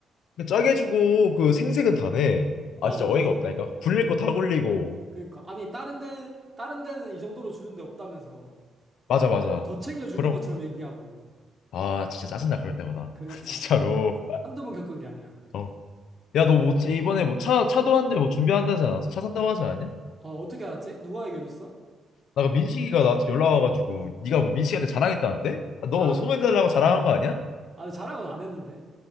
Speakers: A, on the left; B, on the right.
A: 근데 짜게 주고 그 생색은
B: 음,
A: 다네.
B: 맞아,
A: 아 진짜
B: 맞아.
A: 어이가 없다니까. 굴릴
B: 그러니까,
A: 거 다 굴리고.
B: 그러니까. 아니, 다른 데, 다른 데는 이 정도로 주는 데 없다면서.
A: 맞아 맞아.
B: 막 더 챙겨주는
A: 그럼
B: 것처럼 얘기하고.
A: 아 진짜 짜증나 그럴 때마다
B: 그러니까.
A: <laughs> 진짜로.
B: 한두 번 겪은 게 아니야.
A: 어. 야, 너 뭐, 차- 이번에 뭐 차, 차도 한대 뭐 준비한다지 않았어? 차 산다고 하지 않았냐?
B: 어, 어떻게 알았지? 누가 얘기해줬어?
A: 나그 민식이가 나한테 연락 와가지고, 네가 뭐 민식이한테 자랑했다는데? 아, 너
B: 아,
A: 소문 달라고 자랑한 거 아니야?
B: 아, 자랑은 안 했는데.